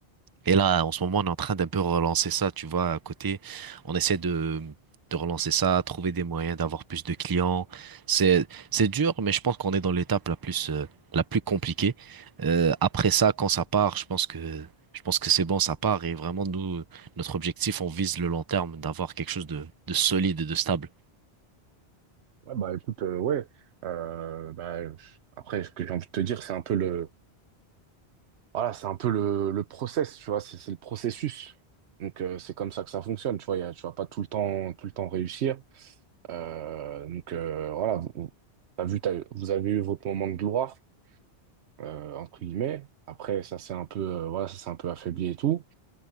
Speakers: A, on the right; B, on the right.
A: Et là, en ce moment, on est en train d'un peu relancer ça, tu vois, à côté. On essaie de, de relancer ça, trouver des moyens d'avoir plus de clients. C'est, c'est dur, mais je pense qu'on est dans l'étape la plus, euh, la plus compliquée. Euh, après ça, quand ça part, je pense que, je pense que c'est bon, ça part. Et vraiment, nous, notre objectif, on vise le long terme, d'avoir quelque chose de, de solide et de stable.
B: Ouais, bah écoute, euh, ouais. Euh, bah, je- après, ce que j'ai envie de te dire, c'est un peu le, voilà, c'est un peu le, le process, tu vois, c'est c'est le processus. Donc, euh, c'est comme ça que ça fonctionne, tu vois, y a- tu vas pas tout le temps, tout le temps réussir. Euh, donc euh, voilà, vous, t'as vu, t'as- vous avez eu votre moment de gloire, euh, entre guillemets. Après, ça s'est un peu, euh, voilà, ça s'est un peu affaibli et tout.